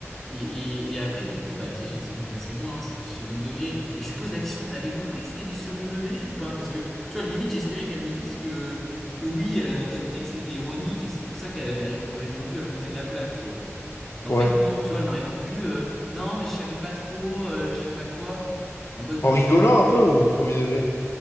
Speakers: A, in the centre; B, on the left.
A: Et, et, et après du coup bah tu sais j'ai dit bon bah c'est moi, hein, c'est du second degré. Et je lui pose la question, t'avais compris que c'était du second degré ou pas? Parce que tu vois limite j'espérais qu'elle me dise que que oui elle avait capté que c'était ironique et c'est pour ça qu'elle avait récon- répondu à côté de la plaque, tu vois. Mais
B: Ouais.
A: en fait non, tu vois elle m'a répondu euh, non mais je savais pas trop, euh, je sais pas quoi, en mode de...
B: En rigolant un peu ou au premier degré?